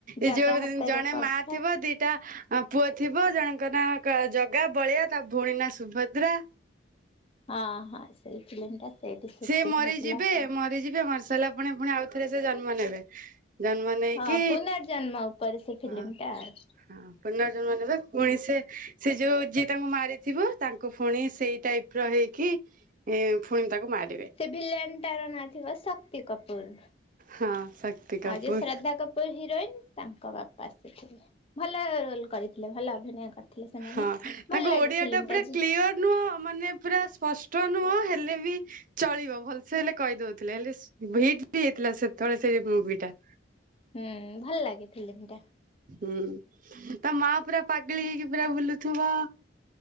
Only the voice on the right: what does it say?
ଏଇ ଯୋଉ
ଜଣେ
ମା ଥିବ ଦିଟା ହଁ ପୁଅ ଥିବ, ଜଣଙ୍କ ନାଁ କା ଜଗା, ବଳିଆ ତା ଭୋଉଣୀ ନା ସୁଭଦ୍ରା।
ସେ ମରିଯିବେ
ମରିଯିବେ ମରିସାରିଲା ପୁଣି ପୁଣି ଆଉଥରେ ସେ ଜନ୍ମ ନେବେ। ଜନ୍ମ ନେଇକି
ହଁ
ହଁ। ପୁନର୍ଜନ୍ମ ନେବେ ପୁଣି ସିଏ ସେ ଯୋଉ ଯିଏ ତାଙ୍କୁ ମାରିଥିବ, ତାଙ୍କୁ ଫୁଣି ସେଇ ଟାଇପର ହେଇକି ଏ ଫୁଣି ତାକୁ ମାରି
ହଁ ଶକ୍ତି କପୁର
ହଁ
ତାଙ୍କ
ଓଡିଆଟା
ପୁରା
କ୍ଲିଅର ନୁହଁ, ମାନେ ପୁରା ସ୍ପଷ୍ଟ ନୁହଁ, ହେଲେ ବି ଚଳିବ, ଭଲସେ ହେଲେ କହିଦଉଥିଲେ। ହେଲେ ଭିଟ ବି ହେଇଥିଲା ସେତେବେଳେ ସେ ମୁଭିଟା।
ହୁଁ। ତା ମା ପୁରା ପାଗେଳି ହେଇକି ପୁରା ବୁଲୁଥିବ